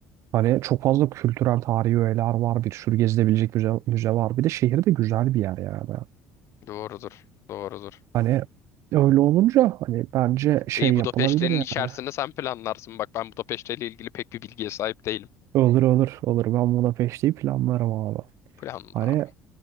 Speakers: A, on the right; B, on the left.
A: Hani çok fazla kültürel tarihi öğeler var. Bir sürü gezilebilecek müze, müze var. Bir de şehir de güzel bir yer yani.
B: doğrudur. Doğrudur.
A: Hani öyle olunca hani bence şey
B: İyi
A: yapılabilir
B: Budapeşte'nin
A: yani.
B: içerisinde sen planlarsın. Bak ben Budapeşte ile ilgili pek bir bilgiye sahip değilim.
A: Olur olur olur. Ben Budapeşte'yi planlarım abi.
B: Planla
A: Hani
B: abi.